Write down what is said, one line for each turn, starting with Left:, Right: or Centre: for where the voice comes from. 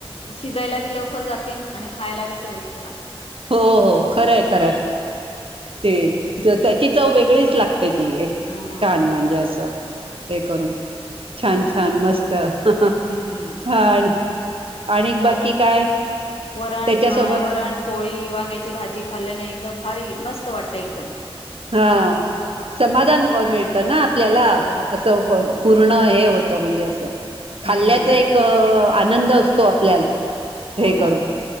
Left: शिजायला बी लवकर जाते आणि खायला बी चविष्ट लागते
Right: हो हो खरंय खरंय ते त्याची चव वेगळीच लागते ती एक
Left: हा
Right: छान म्हणजे असं हे करून छान
Left: बरोबर
Right: छान मस्त ह
Left: हम्म
Right: आणि आणि बाकी काय
Left: वरण
Right: त्याच्यासोबत
Left: अ वरण पोळी वांग्याची भाजी खाल्ल्याने एकदम भारी मस्त वाटत एकदम
Right: हा समाधान
Left: हम्म
Right: मिळतं ना आपल्याला
Left: हो
Right: असं
Left: हो
Right: पर्ण
Left: ना
Right: हे होत म्हणजे अस खाल्ल्याच
Left: हम्म
Right: एक आनंद असतो आपल्यात हे
Left: हो
Right: करून
Left: ना